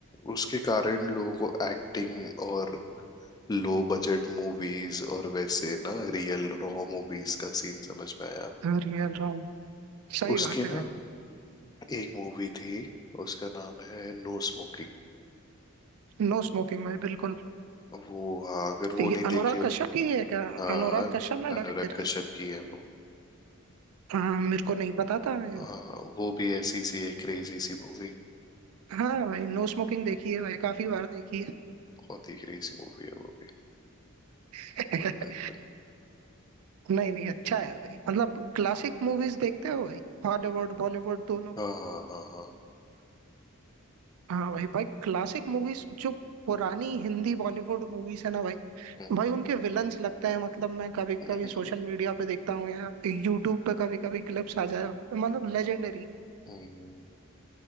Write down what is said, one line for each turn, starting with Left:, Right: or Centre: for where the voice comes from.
Left: उसके कारण लोगों को एक्टिंग और लो बजट मूवीज और वैसे ना रियल रॉ मूवीज का सीन समझ में आया
Right: है रियल रॉन्ग सही
Left: उसकी
Right: बात
Left: ना
Right: है भाई
Left: एक मूवी थी उसका नाम है नो स्मोकिंग
Right: नो स्मोकिंग भाई बिल्कुल
Left: वो हाँ अगर वो
Right: ये
Left: नहीं देखी
Right: अनुराग
Left: हो
Right: कश्यप की है क्या
Left: हाँ
Right: अनुराग कश्यप ने डायरेक्ट
Left: अनुराग
Right: करी
Left: कश्यप की है वो
Right: है हाँ मेरे को नहीं पता था भाई।
Left: हाँ वो भी ऐसी सी एक क्रेजी सी मूवी
Right: हाँ भाई नो स्मोकिंग देखी है भाई काफी बार देखी है
Left: बहुत ही क्रेजी मूवी है वो भी
Right: <laughs>
Left: पागलपन
Right: नहीं नहीं अच्छा है भाई मतलब क्लासिक मूवीज देखते हो भाई हॉलीवुड बॉलीवुड दोनों
Left: हाँ हाँ हाँ हाँ
Right: हाँ भाई भाई क्लासिक मूवीज जो पुरानी हिंदी बॉलीवुड मूवीज है ना भाई
Left: हम्म,
Right: भाई उनके विलन्स लगते हैं मतलब मैं कभी कभी
Left: <laughs>
Right: सोशल मीडिया पे देखता हूँ या यूट्यूब पे कभी कभी क्लिप्स आ जाए मतलब लेजेंडरी
Left: हम्म,